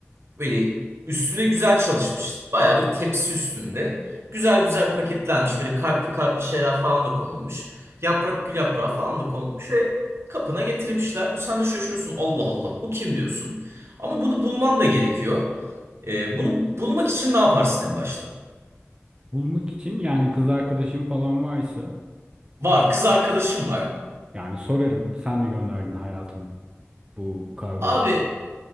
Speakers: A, on the right (about 65°); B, on the right (about 20°).
A: Böyle üstüne güzel çalışmış. Bayağı böyle tepsi üstünde. Güzel güzel paketlenmiş. Böyle kalpli kalpli şeyler falan da konulmuş. Yaprak gül yaprağı falan da konulmuş ve kapına getirmişler. Sen de şaşırıyorsun. Allah Allah bu kim diyorsun. Ama bunu bulman da gerekiyor. Ee, bunu bulmak için ne yaparsın en başta?
B: Bulmak için yani kız arkadaşım falan varsa
A: Var kız arkadaşım var.
B: yani sorarım. Sen mi gönderdin hayatım bu kargoyu?
A: Abi